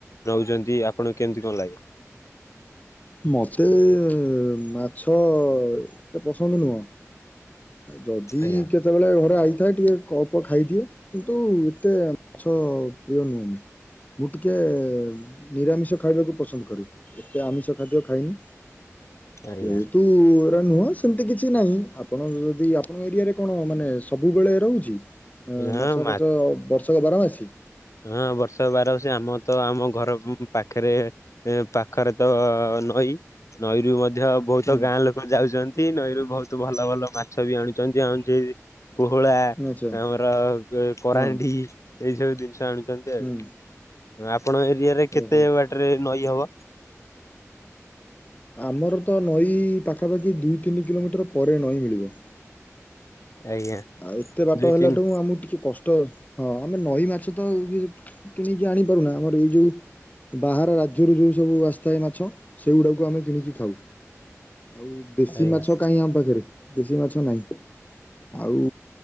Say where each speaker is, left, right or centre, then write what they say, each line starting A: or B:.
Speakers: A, on the left (about 65°); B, on the left (about 30°).
A: ନଉଛନ୍ତି ଆପଣଙ୍କୁ କେମିତି କଣ ଲାଗେ?
B: ମୋତେ ମାଛ ଏତେ ପସନ୍ଦ ନୁହଁ। ଯଦି
A: ଆଜ୍ଞା
B: କେ ଯେତେବେଳେ ଘରେ ରହିଥାଏ ଟିକେ ଅଳ୍ପ ଖାଇଦିଏ। କିନ୍ତୁ ଏତେ ମାଛ ପ୍ରିୟ ନୁହେଁ। ମୁଁ ଟିକେ ନିରାମିଷ ଖାଇବାକୁ ପସନ୍ଦ କରେ। ଏତେ ଆମିଷ ଖାଦ୍ୟ ଖାଇନି
A: ଆଜ୍ଞା
B: ଜେହେତୁ ଏରା ନୂଆ ସେମତି କିଛି ନାହିଁ ଆ ଆପଣ ଯଦି ଆପଣଙ୍କ ଏରିଆରେ କଣ ମାନେ ସବୁବେଳେ ରହୁଛି
A: ହଁ
B: ମାଛ
A: ମା
B: ଫାଛ ବର୍ଷକ ବାରମାସୀ?
A: ହଁ ବର୍ଷକ ବାର ମାସି ଆମ ତ ଆମ ଘର ପାଖରେ ଏ ପାଖରେ ତ ନଈ ନଈରୁ ମଧ୍ୟ ବହୁତ
B: ହୁଁ
A: ଗାଁ ଲୋକ ଯାଉଛନ୍ତି ନଈରୁ ବହୁତ ଭଲ ଭଲ ମାଛ ବି ଆଣୁଛନ୍ତି। ଆଉ ଯୋଉ ପୋହଳା
B: ଆଚ୍ଛା
A: ଆମର କରାଣ୍ଡି
B: ହଁ
A: ଏଇ ସବୁ ଜିନିଷ ଆଣୁ। ଛନ୍ତି ଆଉ
B: ହୁଁ
A: ଆପଣଙ୍କ ଏରିଆରେ କେତେ
B: ଓହୋ
A: ବାଟରେ ନଈ ହବ?
B: ଆମର ତ ନଈ ପାଖା ପାଖି ଦୁଇ ତିନି କିଲୋମିଟର ପରେ ନଈ ମିଳିବ।
A: ଆଜ୍ଞା।
B: ଆଉ ଏତେ ବାଟ
A: ଦୁଇ
B: ହେଲାଠୁ
A: ତିନି
B: ଆମକୁ ଟିକେ କଷ୍ଟ। ହଁ ଆମେ ନଈ ମାଛ ତ ଇଏ କିଣିକି ଆଣିପାରୁନା ଆମର ଏଇ ଯୋଉ ବାହାର ରାଜ୍ୟରୁ ଯେଉଁ ସବୁ ଆସିଥାଏ ମାଛ, ସେଗୁଡ଼ାକୁ ଆମେ କିଣିକି ଖାଉ। ଆଉ ଦେଶୀ
A: ଆଜ୍ଞା
B: ମାଛ କାହିଁ ଆମ ପାଖରେ ଦେଶୀ ମାଛ ନାହିଁ। ଆଉ